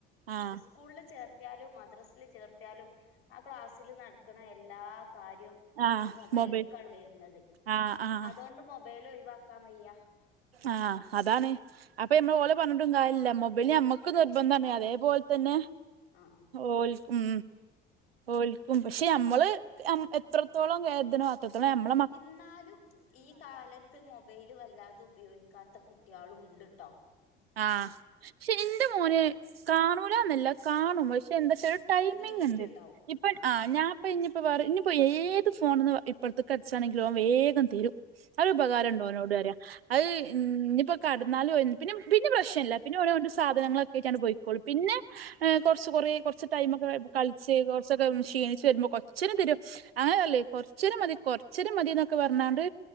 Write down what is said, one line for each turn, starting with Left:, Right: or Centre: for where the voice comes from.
Right: ആഹ്.
Left: സ്കൂളില് ചേർത്തിയാലും മദ്രസില് ചേർത്തിയാലും ആ ക്ലാസ്സിൽ നടക്ക്‌ണ എല്ലാ കാര്യും
Right: ആഹ്
Left: ഈ മൊബൈൽക്കാണ്
Right: മൊബൈൽ
Left: വെര്ണത്
Right: ആഹ് ആഹ്
Left: അതോണ്ട് മൊബൈല് ഒഴിവാക്കാൻ വയ്യ.
Right: ആഹ് അതാണ്. അപ്പ നമ്മള് ഓലെ പറഞ്ഞിട്ടും കാര്യല്ല മൊബൈല് ഞമ്മക്ക് നിർബന്താണ് അതേപോൽ തന്നെ
Left: ആ ആ
Right: ഓൽ ഉം ഓൽക്കും പക്ഷെ ഞമ്മള് നം എത്രത്തോളം കേര്ത്ണോ അ ത്രത്തോളം ഞമ്മളെ
Left: ഇന്നാലും ഈ കാലത്ത് മൊ ബൈൽ വല്ലാതെ ഉപയോഗിക്കാത്ത കുട്ട്യാളും ഉണ്ട്ട്ടോ.
Right: ആഹ് പക്ഷെ ഇന്റെ മോന് കാണൂലാന്നല്ല കാണും പക്ഷെ എന്താച്ചാലൊര് ടൈമിംഗ്ണ്ട്.
Left: ഒരു ലിമിറ്റ് ഉണ്ടാവും
Right: ഇപ്പൻ
Left: ആ
Right: ആഹ് ഞാ പ്പ ഇഞ്ഞി പ്പൊ വേറെ ഇനിപ്പോ ഏത് ഫോണ്ന്ന് ഇപ്പർത്ത്‌ക്ക്‌ അടിച്ചാണെങ്കിലും ഓൻ വേഗം തെരും. ആ ഒരു ഉപകാരണ്ട് ഓനോട് പറ്യാ. അത്
Left: ആ
Right: ഇഞ്ഞ്പ്പ കട്ന്നാലു അതന്നെ പിന്നെ പിന്നെ പ്രശ്ന ഇല്ല പിന്നെ ഓന് ഓൻ്റെ സാധനങ്ങളക്കെ ആയിട്ടാണ്ട് പൊയിക്കോളും പിന്നെ ഏഹ് കൊർച്ച് കൊറേ കൊർച്ച് ടൈമ ഒക്കെ കൾച്ച് കൊർച്ചൊക്കെ ക്ഷീണിച്ച് വരുമ്പോൾ കൊ ച്ചേരം തരും അങ്ങനെ അല്ലേ കൊർച്ചരം മതി കൊർച്ചരം മതി ന്നൊക്കെ പറഞ്ഞാണ്ട്